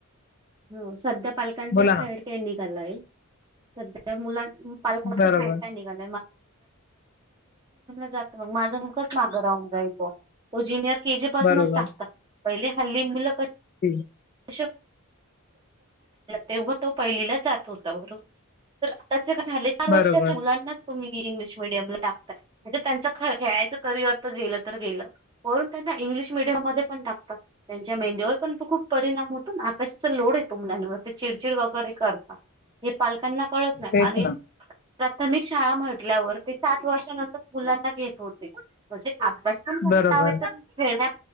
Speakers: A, on the right; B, on the left.
A: हो सध्या पालकांचा
B: बोला ना.
A: फॅड क य सध्या मुला पालकांचहेर
B: बरोबर,
A: काय निघलणार ्यम जात माझ मुलगच माग राह जाई तोनि के जी पासूनच
B: बरोबर.
A: टाकतात पहिले हल्ली फुलं कस
B: हं,
A: तेव्हा तो पहिलीला जात होता बरोबर आ झाार
B: बरोबर.
A: वर्षाच्या मुलांना तुम्ही इंग्लिश मिीडियमला टाकताय म्हणजे त्यांच ख खेळायचं करिअर तर गेलं तर गेलं वरून त्यांना इंग्लिश मिीडियम मध्ये पण टाकत त्यांच्या मेंद्यावर पण त खूप परिणाम होतो अभ्यासाचा लोड येतो मुलांवर ते चिडचिड वगैरे करता हे पालकांना कळत नाही
B: तेच
A: आणि
B: ना.
A: प्राथमिक शाळा म्हटल्यावर ते सात वर्षानंतर मुलांना घेत होते म्हणजे अभ्यास पण करेयला
B: बरोबर,
A: लावायचा खेळण्यात